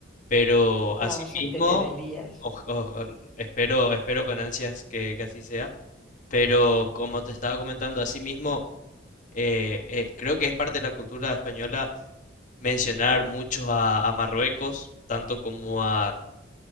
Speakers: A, on the left; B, in the centre.
A: Pero asimismo,
B: la vas a tener, Elías.
A: oj- oj- espero, espero con ansias que, que así sea. Pero como te estaba comentando, asimismo, eh, eh, creo que es parte de la cultura española mencionar mucho a, a Marruecos, tanto como a,